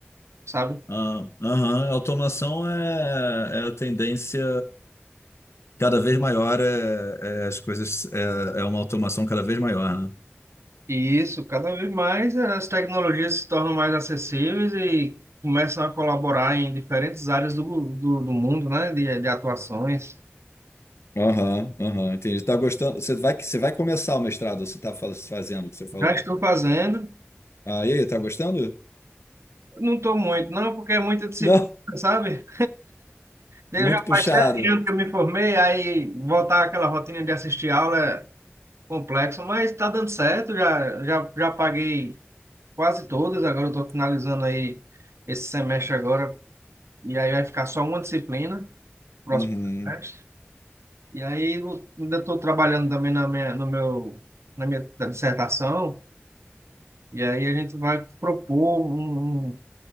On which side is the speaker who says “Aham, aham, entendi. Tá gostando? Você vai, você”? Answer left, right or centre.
Left